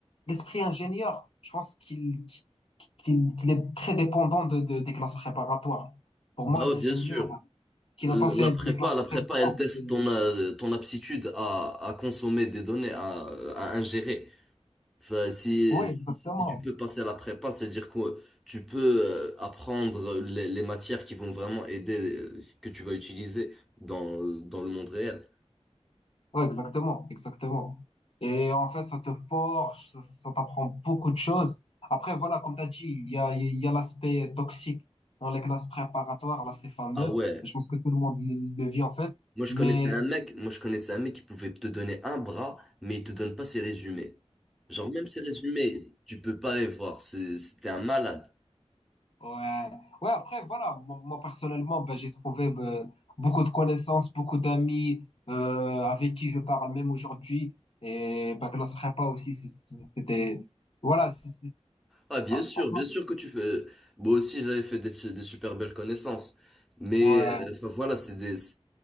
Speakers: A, on the left; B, in the centre.
A: l'esprit ingénieur, je pense qu'il qu'il, qu'il est très dépendant de, de- des classes préparatoires. Pour
B: Bah
A: moi, un
B: ouais,
A: ingénieur
B: bien sûr.
A: qui
B: Euh,
A: n'a pas fait
B: La prépa,
A: les classes
B: la
A: préparatoires,
B: prépa, elle teste
A: c'est...
B: ton, euh, ton aptitude à, à consommer des données, à, à ingérer. Enfin, si,
A: Oui,
B: si,
A: exactement.
B: si tu peux passer à la prépa, c'est-à-dire que tu peux euh, apprendre les, les matières qui vont vraiment aider, euh, que tu vas utiliser dans, dans le monde réel.
A: Ouais, exactement, exactement. Et en fait, ça te forge, ça, ça t'apprend beaucoup de choses. Après, voilà, comme tu as dit, il y a, il y a l'aspect toxique dans les classes préparatoires, là, c'est fameux.
B: Ah ouais.
A: Et je pense que tout le monde le, le vit, en fait.
B: Moi, je
A: Mais,
B: connaissais un mec, moi, je connaissais un mec qui pouvait te donner un bras, mais il te donne pas ses résumés. Genre, même ses résumés, tu peux pas les voir. C'est- C'était un malade.
A: ouais, ouais, après, voilà, moi, moi, personnellement, ben, j'ai trouvé ben, beaucoup de connaissances, beaucoup d'amis euh, avec qui je parle même aujourd'hui. Et ben, classe prépa aussi, c'est- c'était, voilà, c'est- c'est-
B: Ah, bien
A: ah,
B: sûr,
A: ah,
B: bien
A: ah.
B: sûr que tu fais. euh, Moi aussi, j'avais fait des, des super belles connaissances. Mais,
A: ouais,
B: euh, enfin, voilà, c'est des.